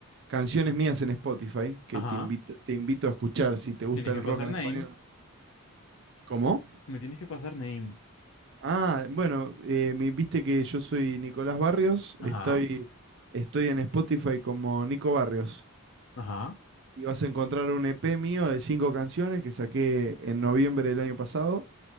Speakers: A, on the right; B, on the left.
A: canciones mías en Spotify que
B: Ajá.
A: te invito, te invito a escuchar si te gusta
B: Tienes que
A: el
B: pasar
A: rock en
B: name.
A: español. ¿Cómo?
B: Me tienes que pasar name.
A: Ah, bueno, eh, mi- viste que yo soy Nicolás Barrios,
B: Ajá.
A: estoy, estoy en Spotify como Nico Barrios.
B: Ajá.
A: Y vas a encontrar un EP mío de cinco canciones que saqué en noviembre del año pasado,